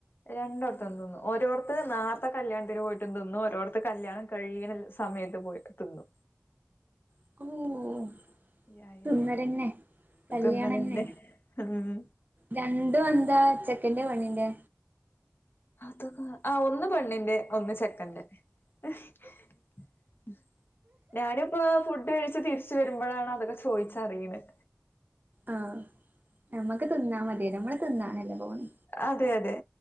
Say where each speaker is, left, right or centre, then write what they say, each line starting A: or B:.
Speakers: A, on the left (about 50°); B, on the right (about 40°).
A: രണ്ടോട്ട്ത്ത്‌ന്നും തിന്നു ഓരോട്ത്ത്‌ നേർത്തെ കല്യാണത്തിന് പോയിട്ടും തിന്നു ഒരോട്ത്ത് കല്യാണം കഴി സമയത്തും പോയിട്ട് തിന്നു.
B: ഓഹോ
A: യാ
B: തിന്നല്ലന്നെ-
A: യാ
B: കല്യാണന്നെ
A: തിന്നലന്നെ ഉം
B: രണ്ടും എന്താ ചെക്കൻന്റെ പെണ്ണിന്റെ
A: അതൊക്ക ആഹ് ഒന്ന് പെണ്ണിന്റെ- ഒന്ന് ചെക്കന്റെ <unintelligible> ഞാനും- ഇപ്പൊ ഫുഡ് കഴിച്ച് തിരിച്ചു വരുമ്പോഴാണ് അതൊക്കെ ചോദിച്ചറിയ്ണ്-
B: ആഹ് നമ്മക്ക് തിന്നാ മതി നമ്മള് തിന്നാണല്ലേ പോണ്
A: അതെ അതെ